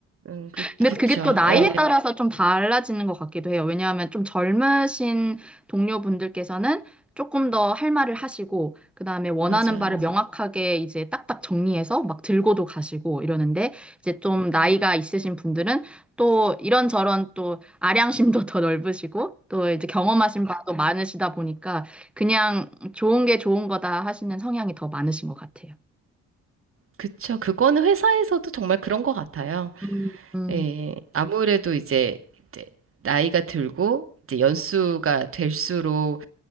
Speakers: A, on the right; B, in the centre.
A: 음, 그,
B: 근데
A: 그쵸.
B: 그게 또 나이에
A: 예,
B: 따라서 좀 달라지는 것 같기도 해요. 왜냐하면 좀 젊으신 동료분들께서는 조금 더 할 말을 하시고, 그 다음에 원하는
A: 맞아요.
B: 바를 명확하게 이제 딱딱 정리해서 막 들고도 가시고 이러는데, 이제 좀
A: 음.
B: 나이가 있으신 분들은 또 이런저런 또 아량심도 더 넓으시고, 또 이제 경험하신 바도 많으시다 보니까, 그냥 좋은 게 좋은 거다 하시는 성향이 더 많으신 것 같아요.
A: 그쵸. 그거는 회사에서도 정말 그런 것 같아요.
B: 음, 음,
A: 예. 아무래도 이제, 이제 나이가 들고 이제 연수가 될수록